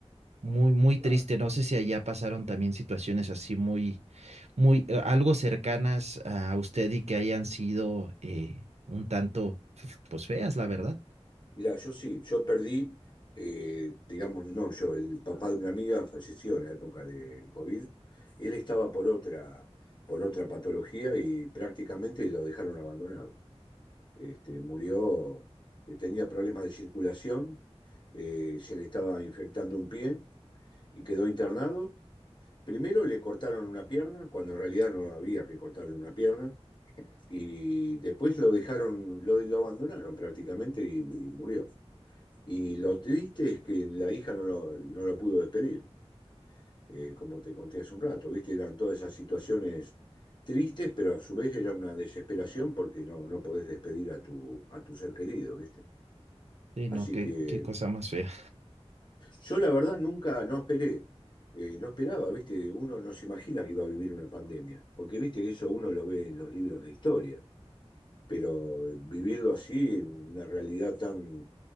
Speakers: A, on the right (about 80°); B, on the left (about 45°).
A: muy, muy
B: claro.
A: triste. No sé si allá pasaron también situaciones así muy, muy, eh, algo cercanas a usted y que hayan sido eh, un tanto, pues feas, la verdad.
B: Mirá, yo sí, yo perdí, eh, digamos, no, yo, el papá de una amiga falleció en la época del COVID. Él estaba por otra, por otra patología y prácticamente lo dejaron abandonado. Este, murió, eh, tenía problemas de circulación, eh, se le estaba infectando un pie y quedó internado. Primero le cortaron una pierna, cuando en realidad no había que cortarle una pierna, y después lo dejaron, lo, lo abandonaron prácticamente y, y murió. Y lo triste es que la hija no lo, no lo pudo despedir, eh, como te conté hace un rato, ¿viste? Eran todas esas situaciones tristes, pero a su vez era una desesperación porque no, no podés despedir a tu, a tu ser querido, ¿viste?
A: Sí, no,
B: Así
A: qué,
B: que
A: qué cosa más fea.
B: yo la verdad nunca, no esperé, eh, no esperaba, viste, uno no se imagina que iba a vivir una pandemia, porque viste que eso uno lo ve en los libros de historia, pero eh, vivirlo así, una realidad tan,